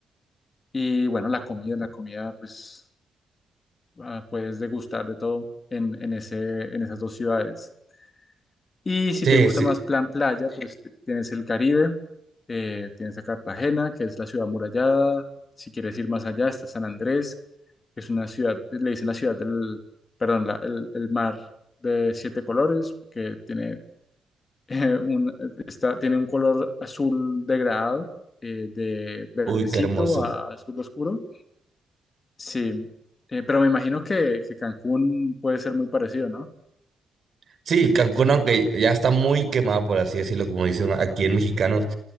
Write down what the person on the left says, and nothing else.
y bueno, la comida, la comida pues ah, puedes degustar de todo en, en ese, en esas dos ciudades. Y si
te gusta
más plan playa, pues t- tienes el Caribe, eh, tienes a Cartagena, que es la ciudad amurallada. Si quieres ir más allá, está San Andrés, que es una ciudad, le dicen la ciudad del, perdón, la- el, el mar de siete colores, porque tiene, <laughs> eh, un, está, tiene un color azul degradado, eh, de verdecito
a azul oscuro. Sí, eh, pero me imagino que, que Cancún puede ser muy parecido, ¿no?